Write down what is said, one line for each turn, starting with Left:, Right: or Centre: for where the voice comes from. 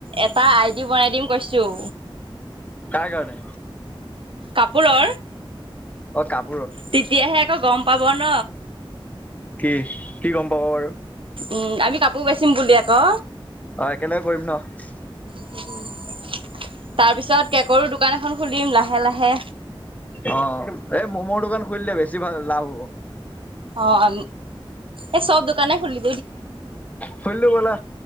Right: এটা আইডি বনাই দিম কৈছোঁ।
Left: কাৰ কাৰণে?
Right: কাপোৰৰ।
Left: অ', কাপ
Right: তেতিয়াহে আকৌ গম পাব ন'।
Left: কি? কি গম পাব বাৰু?
Right: উম, আমি কাপোৰ বেচিম বুলি আকৌ।
Left: অ', একেলগে কৰিম ন'।
Right: বি আৰু তাৰ পিছত কেকৰো দোকান এখন খুলিম লাহে লাহে।
Left: অ', এই ম'ম'ৰ দোকান খুলিলে বেছি ভাল লাভ হ'ব।
Right: অ', এ চব দোকানে খুলি
Left: খুলিদিও ব'লা